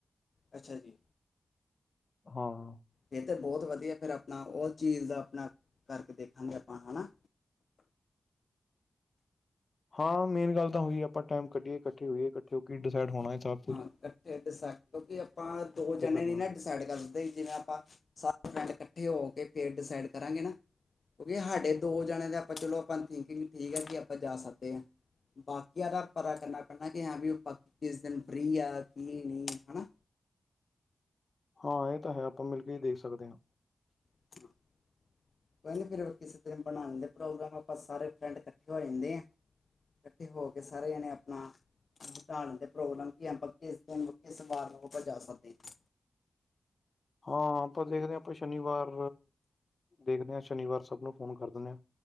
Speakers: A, on the left (about 70°); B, on the left (about 55°).
A: ਅੱਛਾ ਜੀ।
B: ਹਾਂ।
A: ਫਿਰ ਤਾਂ ਬਹੁਤ ਵਧੀਆ ਫਿਰ ਆਪਣਾ ਉਹ ਚੀਜ਼ ਦਾ ਆਪਣਾ ਕਰਕੇ ਦੇਖਾਂਗੇ ਆਪਾਂ ਹਨਾ।
B: ਹਾਂ ਮੇਨ ਗੱਲ ਤਾਂ ਹੋਈਏ ਆਪਾਂ ਟਾਈਮ ਕੱਢੀਏ ਇਕੱਠੇ ਹੋਈਏ ਇਕੱਠੇ ਹੋ ਕੇ ਡਿਸਾਈਡ ਹੋਣਾ ਇਹ ਤਾਂ
A: ਇਕੱਠੇ ਡਿਸਾਈਡ ਕਿਉਂਕਿ ਆਪਾਂ ਦੋ
B: ਕਿੱਥੇ
A: ਜਣੇ
B: ਕਰਨਾ
A: ਨੀ ਨਾ। ਡਾਈਡ ਕਰ ਦਿੰਦੇ ਜਿਵੇਂ ਆਪਾਂ ਸਾਰਾ ਪਿੰਡ ਇਕੱਠੇ ਹੋ ਕੇ ਫਿਰ ਡਿਸਾਈਡ ਕਰਾਂਗੇ ਨਾ। ਕਿਉਂਕਿ ਹਾਡੇ ਦੋ ਜਾਣੇ ਦਾ ਆਪਾਂ ਚਲੋ ਆਪਾਂ ਥਿੰਕਿੰਗ ਠੀਕ ਹੈ ਕਿ ਆਪਾਂ ਜਾ ਸਕਦੇ ਹਾਂ। ਬਾਕੀਆਂ ਦਾ ਪਤਾ ਕਰਨਾ ਪੈਂਦਾ ਕਿ ਹਾਂ ਵੀ ਉਹ ਬਾਕੀ ਕਿਸ ਦਿਨ ਫਰੀ ਆ ਕੀ ਨਹੀਂ ਹਨਾ।
B: ਹਾਂ ਇਹ ਤਾਂ ਹੈ ਆਪਾਂ ਮਿਲ ਕੇ ਹੀ ਦੇਖ ਸਕਦੇ ਹਾਂ।
A: <inaudible> ਕੋਈ ਨ ਫੇਰ ਕਿਸੇ ਤਰ੍ਹਾਂ ਬਣਾ ਲੈਂਦੇ ਪ੍ਰੋਗਰਾਮ ਆਪਾਂ ਸਾਰੇ ਫਰੈਂਡ ਇਕੱਠੇ ਹੋ ਜਾਂਦੇ ਆ। ਕੱਠੇ ਹੋ ਕੇ ਸਾਰੇ ਜਣੇ ਆਪਣਾ <unintelligible> ਪ੍ਰੋਗਰਾਮ ਕੀ ਐ ਆਪਾਂ ਕਿਸ ਦਿਨ, ਕਿਸ ਵਾਰ ਨੂੰ ਆਪਾ ਜਾ ਸਕਦੇ ਆ।
B: ਹਾਂ ਆਪਾਂ ਦੇਖਦੇ ਹਾਂ ਆਪਾਂ ਸ਼ਨੀਵਾਰ ਦੇਖਦੇ ਹਾਂ ਸ਼ਨੀਵਾਰ ਸਭ ਨੂੰ ਫੋਨ ਕਰ ਦਿੰਨੇ ਆ,